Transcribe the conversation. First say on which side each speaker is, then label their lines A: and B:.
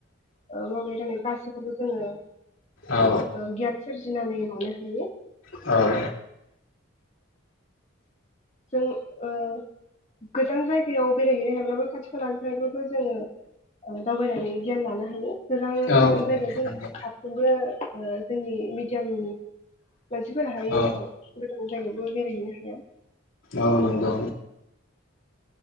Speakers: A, on the left; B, on the left.
A: ओ मावनाय दांनाय गासिखौबो जोङो
B: औ
A: ओ गियान सोरजिनानै <unintelligible>
B: औ
A: जों ओ गोजान जायगायाव बेरायहैनो हायाब्लाबो खाथि खालानिफ्रायबबो जोङो दावबायनानै गियान लानो हायो गोजान
B: औ
A: गोजान जायगायावथ
B: नंगौ
A: साफ्रोमबो जोंनि मिडियामनि मानसिफोर हायो
B: औ
A: एसेबां गोदान जायगायावबो बेरायहैनो हाया
B: औ नंगौ